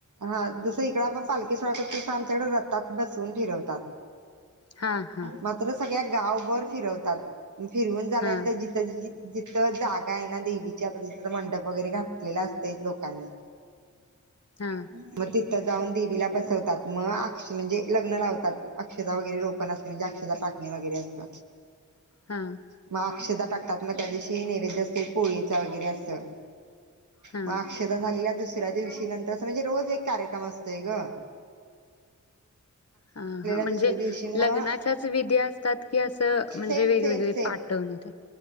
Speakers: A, on the right; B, on the left.
A: हा जस इकड आपण पालकी गत शांत रतात बसून फिरवतात.
B: हा हा
A: मात्र सगळ्यात गावभर फिरवतात. फिरवून झालानंतर
B: हा
A: जिथ जिथं जागा आहे ना देवीची आता तिथं मंडप वगैरे घातलेला असत लोकांनी
B: हा
A: म जाऊन देवीला बसवतात. मग अक्ष म्हणजे लग्न लावतात. अक्षता वगैरे रोपण असतं म्हणजे अक्षता टाकणे वगैरे असत.
B: हा
A: मग अक्षदा टतात मग त्या दिवशी नैवद असस्ते पोळीच वगैरे असं.
B: हा
A: मग अक्षता झालेल्या दुसऱ्या दुसऱ्या दिवशी नंतर अस म्हणजे रोज एक कार्यक्रम असतोय गं.
B: हा हा म्हणजे
A: दुसऱ्या दिवशी मग
B: लग्नाच्याच विधी असतात की असं म्हणजे
A: सेम
B: वेगवेगळे
A: सेम सेम
B: पाठवणीतेन.